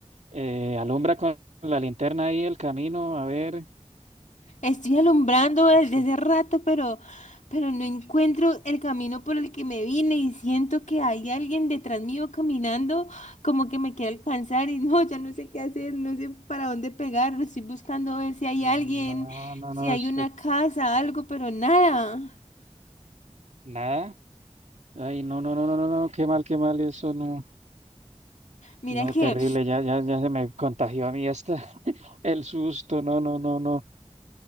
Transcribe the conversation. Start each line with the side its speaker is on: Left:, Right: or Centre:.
Right: Eh, alumbra con la linterna ahí el camino, a ver.
Left: Estoy alumbrando desde
Right: porque-
Left: hace rato, pero, pero no encuentro el camino por el que me vine y siento que hay alguien detrás mío caminando como que me quiere alcanzar y <laughs> no, ya no sé qué hacer, no sé para dónde pegar. Estoy buscando ver si hay
Right: No,
Left: alguien,
Right: no,
Left: si
Right: no,
Left: hay
Right: este,
Left: una casa, algo, pero nada.
Right: nada. Ay, no, no, no, no, no, no, qué mal, qué mal, eso no.
Left: Mira
Right: No,
Left: que...
Right: terrible, ya, ya, ya se me contagió a mí hasta <laughs> el susto, no, no, no, no.